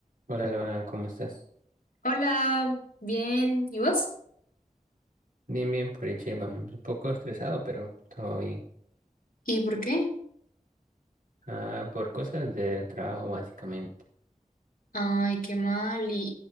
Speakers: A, on the right; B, on the left.
A: Hola Lorena, ¿cómo estás?
B: Hola, bien, ¿y vos?
A: Bien, bien, por hecho, vamos un poco estresado, pero todo bien.
B: ¿Y por qué?
A: Ah, por cosas del trabajo, básicamente.
B: Ay, qué mal. ¿Y,